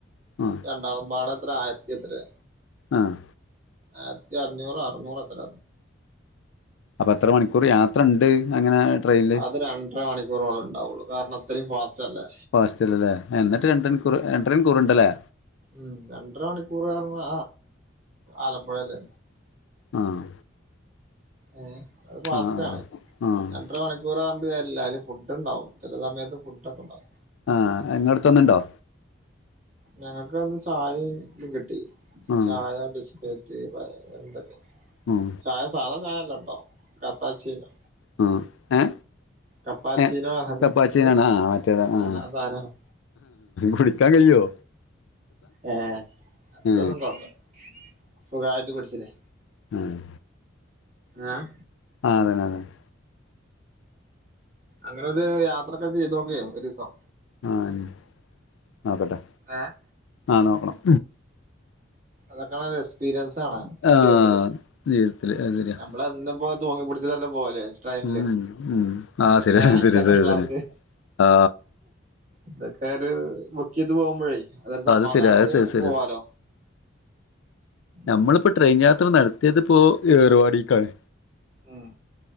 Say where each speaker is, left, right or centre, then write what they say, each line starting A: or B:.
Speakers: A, on the left (about 70°); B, on the right (about 40°).
A: ആ
B: രണ്ടാളും പാടെ എത്ര ആയിരത്തി എത്രേ
A: ആഹ്
B: ആയിരത്തി അഞ്ഞൂറൊ അറുന്നൂറ് എത്ര
A: അപ്പൊ എത്ര മണിക്കൂർ യാത്ര ഇണ്ട് അങ്ങനെ ട്രെയിനില്
B: അത് രണ്ടര മണിക്കൂറോളെ ഇണ്ടാവുള്ളു കാരണം ഇത്രയും ഫാസ്റ്റ് അല്ലേ
A: ഫാസ്റ്റല്ലേ ല്ലേ എന്നിട്ട് രണ്ട് മണിക്കൂർ ഏഹ് രണ്ടര മണിക്കൂർണ്ടല്ലേ
B: ഉം രണ്ടര മണിക്കൂർ റഞ്ഞാ ആലപ്പുഴേല്
A: ആഹ്
B: ഏഹ് അത് ഫാസ്റ്റ്
A: ആ
B: ആണ്
A: ആ ആ
B: രണ്ടര മണി ക്കൂർ അറഞ്ഞിട്ട് കാര്യല്ല അതില് ഫുഡ് ഉണ്ടാവും ചില സമയത്ത് ഫുഡ് ഒക്കെണ്ടാവും.
A: ആഹ് എങ്ങടത്തൊന്ന്ണ്ടോ
B: ഞങ്ങക്ക് അന്ന് ചായേം ഇതും കിട്ടി
A: ആ
B: ചായ ബിസ്കറ്റ് എന്തൊക്കെ
A: ഉം
B: ചായ സാധ ചായല്ലട്ടൊ കാപ്പാച്ചിനോ
A: ആ ഏ
B: കപ്പാച്ചീനോ
A: ഏ കപ്പാച്ചീനാണ്
B: എന്ത
A: ആ മറ്റേതാണ് ആ
B: ആഹ് സാനാണ്
A: കുടിക്കാൻ കയ്യോ
B: ഏഹ് അതൊന്നും
A: ഏ
B: കൊഴപ്പല്ല സുഖായിട്ട് കുടിച്ചില്ലേ
A: ഏഹ്
B: ഏഹ്
A: ആഹ് അതെന്നെതെന്നെ
B: അങ്ങനൊരു യാത്രൊക്കെ ചെയ്തു നോക്ക്യേ ഒരുസം
A: ആഹ് ഞ്ഞി നോക്കട്ടെ
B: ഏഹ്
A: ആഹ് നോക്കണം
B: അതൊക്കണ എക്സ്പീരിയൻസാണ്
A: ആ
B: ജീവിതത്തില്
A: ജീവിതത്തില് അത് ശരിയാ
B: നമ്മള്ന്ന് പോ തൂങ്ങി പിടിച്ച്ട്ടല്ലേ പോവല് ട്രെയില്
A: ഉം ഉം ആ ശരിയാ
B: ഏഹ്
A: ശരിയാ
B: സെക്കൻഡ്
A: ശരിയാ
B: ക്ലാസ്സില്
A: ശരിയാ ആ
B: ഇതൊക്കെ ഒരു ബുക്ക് യ്ത് പോകുമ്പോഴേ അതരു സമാധാനത്തില്
A: അത് ശരിയാ അത് ശരി ശരിയാ
B: പോവാലോ
A: നമ്മളിപ്പോ
B: ഉം
A: ട്രെയിൻ യാത്ര നടത്തിയത്പ്പോ ഏർവാടിക്കാണ്
B: ഉം